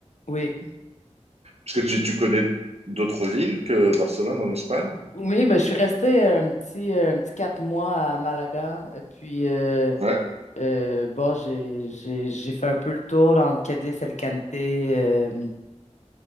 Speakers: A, on the left (about 80°); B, on the right (about 60°).
A: Oui.
B: Parce que tu, tu connais d'autres villes que Barcelone en Espagne?
A: Oui, ben, je suis restée un petit, euh, un petit quatre mois à Malaga. Et puis, euh,
B: Ouais.
A: euh, bon, j'ai, j'ai, j'ai fait un peu le tour là, entre Cadiz, Alicante. euh,